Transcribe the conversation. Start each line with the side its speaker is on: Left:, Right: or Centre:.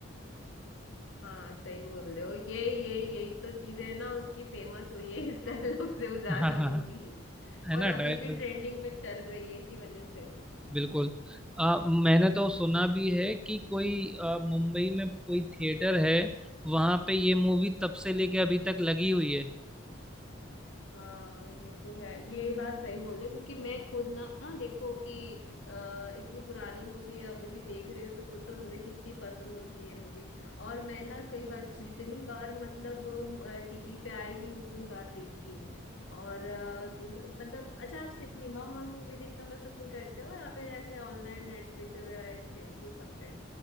Left: हाँ सही बोल रहे हो ये ये यही तो चीज है ना उसकी फेमस हुई है इस डायलॉग से वो ज्यादा
Centre: हाँ हाँ
Left: मूवी
Centre: हाँ है
Left: और
Centre: ना डायलॉग
Left: अभी भी ट्रेंडिंग में चल रही है इसी वजह से
Centre: बिल्कुल आ, मैंने तो सुना भी है कि कोई आ, मुंबई में कोई थिएटर है वहां पे ये मूवी तब से लेके अभी तक लगी हुई है
Left: हाँ ये तो है ये बात सही बोले क्योंकि मैं खुद ना हाँ, देखो कि अ, इतनी पुरानी मूवी अभी भी देख रही हूँ तो सोचो मुझे कितनी पसंद होगी ये मूवी और मैं ना कई बार जितनी बार मतलब टीवी पे आएगी उतनी बार देखती हूँ और अ, न- मतलब अच्छा आप सिनेमा हॉल मूवी देखना पसंद करते हो या फिर ऐसे ऑनलाइन नेटफ्लिक्स वगैरह इस पे ये सब पे